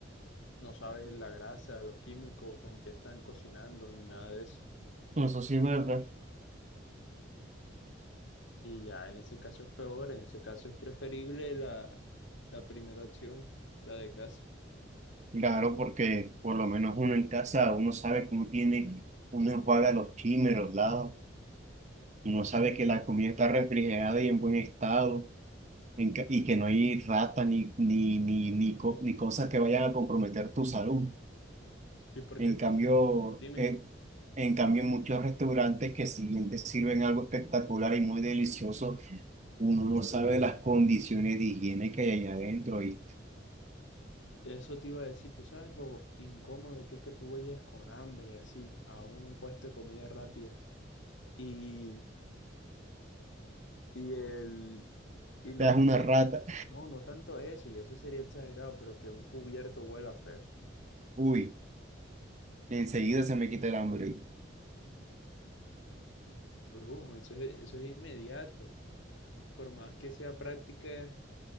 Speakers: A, on the left; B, on the right.
A: no sabes la grasa, los químicos, con qué están cocinando, ni nada de eso.
B: Eso sí es verdad.
A: Y ya en ese caso es peor, en ese caso es preferible la, la primera opción, la de casa.
B: Claro, porque por lo menos uno en casa, uno sabe que uno tiene, uno enjuaga los chimes, los lados. Uno sabe que la comida está refrigerada y en buen estado en ca- y que no hay rata ni, ni, ni, ni, co- ni cosas que vayan a comprometer tu salud.
A: Sí, porque,
B: En cambio,
A: dime,
B: eh, en cambio, en muchos restaurantes que si bien te sirven algo espectacular y muy delicioso, uno no sabe las condiciones de higiene que hay allá adentro y
A: eso te iba a decir, tú sabes lo incómodo que es que tú vayas con hambre así a un puesto de comida rápida. Y Y el, y los
B: te das una
A: que,
B: rata,
A: no, no tanto eso, y eso sería exagerado, pero que un cubierto huela feo.
B: <laughs> uy, enseguida se me quita el hambre.
A: Brujo, eso es, eso es inmediato. Por más que sea práctica,